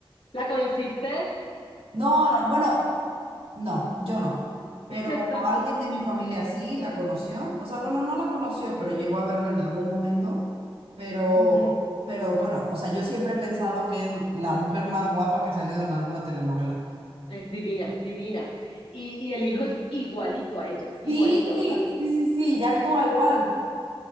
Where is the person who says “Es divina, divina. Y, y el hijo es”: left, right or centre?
Left